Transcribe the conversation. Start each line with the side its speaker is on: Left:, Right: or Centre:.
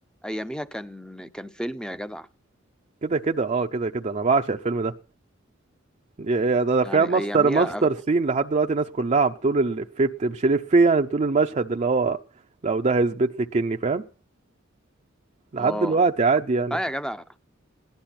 Centre: اياميها كان كان فيلم يا جدع
Right: كده كده اه كده كده أنا بعشق الفيلم ده يا- يا ده ده فيها
Centre: يعني
Right: ماستر
Centre: اياميها
Right: ماستر سين لحد دلوقتي الناس كلها عم بتقول الإفيه بت- مش الإفيه يعني بتقول المشهد اللي هو لو ده هيثبت لك إني فاهم لحد
Centre: اه
Right: دلوقتي عادي يعني
Centre: لا يا جدع